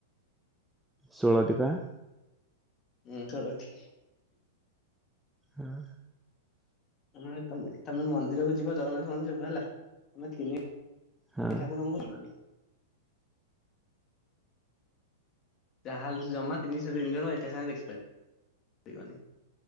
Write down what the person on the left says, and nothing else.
ହୁଁ ହଲ ଠିକ୍
ସେମାନେ ତମେ, ତମେ ମନ୍ଦିରକୁ ଯିବ ଜଗନ୍ନାଥ ମନ୍ଦିର କୁ ହେଲା ତମେ ତିନି ସେ
ଠାକୁ ଜମା ଯିବାକି। ଯାହାଲେ ଜମା ତିନିଶହ ତିନି ଜଣ ଏକା ସାଙ୍ଗେ ଦେଖିପାରିବିବନି।